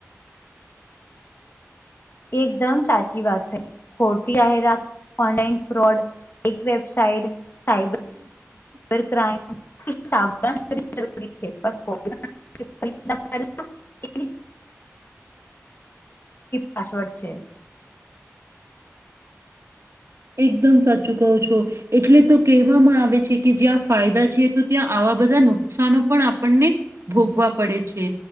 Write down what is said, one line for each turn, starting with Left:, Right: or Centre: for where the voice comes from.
Left: એકદમ સાચી વાત થઈ ખોટી જાહેરાત ઓનલાઈન ફ્રોડ એક વેબસાઇટ સાઇબર
Right: હમ <inaudible>
Left: <inaudible> <inaudible>
Right: <inaudible>
Left: પાસવર્ડ છે.
Right: એકદમ સાચું કહો છો. એટલે તો કહેવામાં આવે છે કે જ્યાં ફાયદા છે તો ત્યાં આવા બધા નુકસાનો પણ આપણને ભોગવા પડે છે.